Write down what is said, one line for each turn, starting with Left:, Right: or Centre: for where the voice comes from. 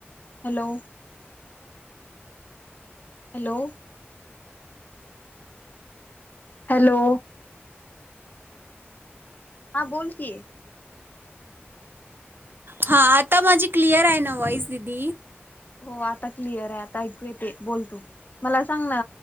Left: हॅलो हॅलो हॅलो हा बोल कि,
Right: हा आता माझी क्लिअर आहे ना व्हॉइस दिदी?
Left: हो आता क्लियर आहे आता ऐकू येते बोल तु मला सांग ना